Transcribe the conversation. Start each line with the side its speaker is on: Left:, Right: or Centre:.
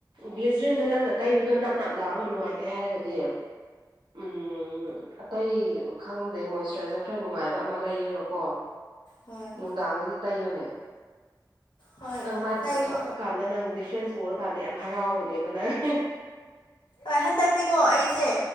Right: ꯒ꯭ꯂꯤꯖ꯭ꯔꯤꯟꯗꯣ ꯅꯪꯅ ꯇꯩꯕꯗꯣ ꯅꯞ ꯅꯞ ꯂꯥꯎꯔꯒ ꯅꯨꯡꯉꯥꯏꯇꯦ ꯍꯥꯏꯔꯒꯗꯤ ꯎꯝ ꯑꯇꯩ ꯈꯪꯗꯦ ꯃꯣꯏꯆꯔꯥꯏꯖꯔ ꯈꯔ ꯅꯨꯡꯉꯥꯏꯕ ꯑꯃ ꯂꯩꯔꯒꯀꯣ
Left: ꯍꯣꯏ
Right: ꯅꯨꯡꯗꯥꯡꯗꯗꯤ ꯇꯩꯌꯨꯅꯦ
Left: ꯍꯣꯏ
Right: ꯅꯪ ꯃꯥꯏ ꯐꯖ
Left: ꯇꯩꯕ
Right: ꯊꯣꯛꯣꯔꯛꯑꯀꯥꯟꯗ ꯅꯪ ꯗꯤꯐ꯭ꯔꯦꯟꯁ ꯎꯔꯀꯥꯟꯗ ꯌꯥꯝ ꯍꯔꯥꯎꯕꯅꯦꯕꯅ <unintelligible>
Left: ꯍꯣꯏ ꯍꯟꯗꯛꯇꯤꯀꯣ ꯑꯩꯁꯦ